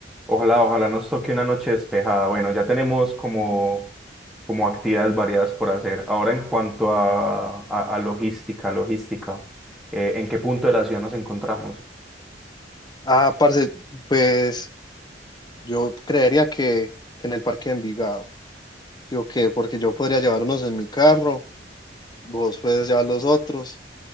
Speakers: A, in the centre; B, on the left.
A: ojalá, ojalá nos toque una noche despejada. Bueno, ya tenemos como, como actividades variadas por hacer. Ahora, en cuanto a, a- a logística, logística, eh, ¿en qué punto de la ciudad nos encontramos?
B: Ah, parce, pues yo creería que, que en el parque de Envigado, digo que, porque yo podría llevar unos en mi carro vos pues ya los otros.